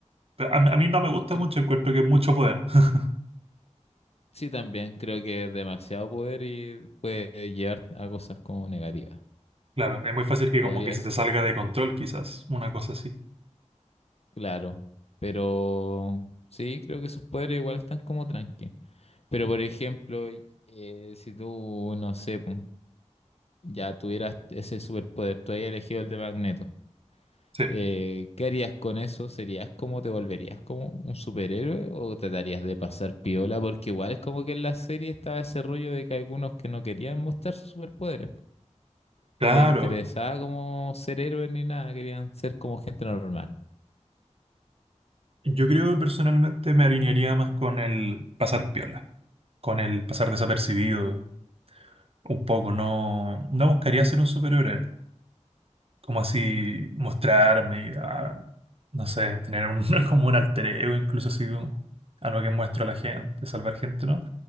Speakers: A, on the right; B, on the left.
A: pero a, mí a mí no me
B: me
A: gusta
B: creo-
A: mucho, encuentro que es mucho poder. <laughs>
B: Sí, también creo que es demasiado poder y puede llevar a cosas como negativas.
A: Claro, es muy fácil que
B: Podría
A: como que se te salga de control, quizás, una cosa así.
B: Claro, pero sí, creo que sus poderes igual están como tranqui. Pero por ejemplo, eh, si tú, no sé, pum, ya tuvieras ese superpoder, tú hayas elegido el de Magneto,
A: Sí,
B: eh, ¿qué harías con eso? ¿Serías como, te volverías como un superhéroe o te darías de pasar piola? Porque igual es como que en la serie estaba ese rollo de que algunos que no querían mostrar sus superpoderes,
A: claro.
B: no les interesaba como ser héroes ni nada, querían ser como gente normal.
A: Yo creo que personalmente me alinearía más con el pasar piola, con el pasar desapercibido, Un poco, no, no buscaría ser un superhéroe, como así mostrarme y ah, no sé, tener un, <laughs> como un alter ego, incluso así como algo que muestro a la gente, salvar gente, ¿no?